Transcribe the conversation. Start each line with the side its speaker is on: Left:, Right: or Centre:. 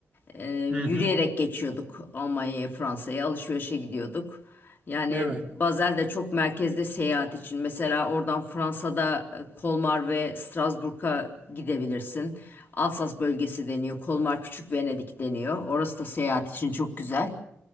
Left: Ee, yürüyerek
Right: Hı hı.
Left: geçiyorduk Almanya'ya, Fransa'ya alışverişe gidiyorduk. Yani
Right: Evet.
Left: Basel de çok merkezde seyahat için. Mesela oradan Fransa'da e, Kolmar ve Strasbourg'a gidebilirsin. Alsas bölgesi deniyor. Kolmar Küçük Venedik deniyor. Orası da seyahat için çok güzel.